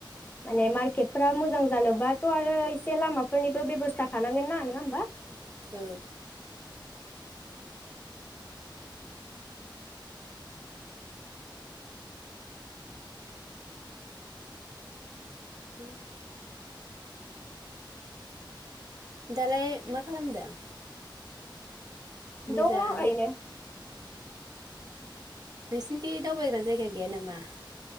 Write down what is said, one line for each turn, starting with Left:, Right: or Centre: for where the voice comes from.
Left: माने मार्केट फोरा मोजां जानोबाथ आरो एसे लामाफोरनि बेबस्था थानांगोन ना नङा होमबा?
Right: औ उम्म दालाय मा खालामदों? मोजां
Left: दङ आयनो।
Right: नोंसिनिखि दावबायग्रा जायगा गैया नामा?